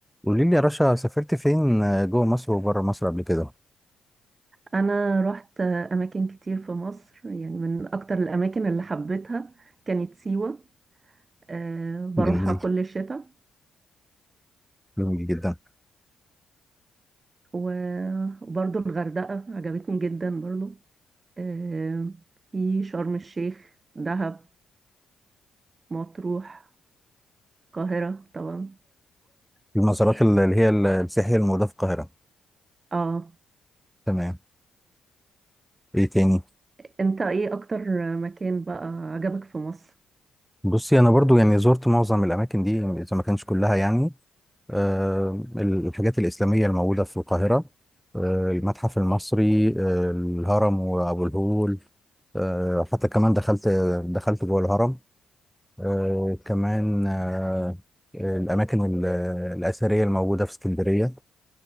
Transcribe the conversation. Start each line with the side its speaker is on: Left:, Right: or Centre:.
Centre: قولي لي يا رشا سافرت فين جوه مصر وبره مصر قبل كده
Right: انا رحت اماكن كتير في مصر يعني من اكتر الاماكن اللي حبيتها كانت سيوة أه بروحها
Centre: جميل
Right: كل الشتاء
Centre: جميل جدا
Right: و- وبرضو الغردقة عجبتني جدا برضو أه في شرم الشيخ دهب مطروح القاهرة طبعا
Centre: المزارات ال- اللي هي ال- السياحية الموجودة في القاهرة
Right: اه
Centre: تمام ايه تاني
Right: انت ايه اكتر مكان بقى عجبك في مصر
Centre: بصي انا برضو يعني زرت معظم الاماكن دي اذا ما كانش كلها يعني آه، الحاجات الاسلامية الموجودة في القاهرة آه، المتحف المصري آه، الهرم وابو الهول آه، حتى كمان دخلت دخلت جوه الهرم آه، كمان آه، الاماكن ال- الاثرية الموجودة في اسكندرية